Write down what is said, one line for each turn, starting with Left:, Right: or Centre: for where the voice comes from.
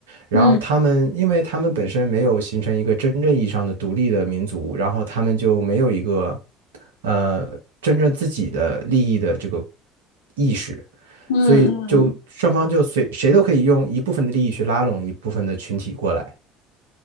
Right: 然后他们，
Left: 嗯
Right: 因为他们本身没有形成一个真正意义上的独立的民族，然后他们就没有一个呃真正自己的利益的这个意识，
Left: 嗯嗯
Right: 所以就双方就随谁都可以用一部分的利益去拉拢一部分的群体过来。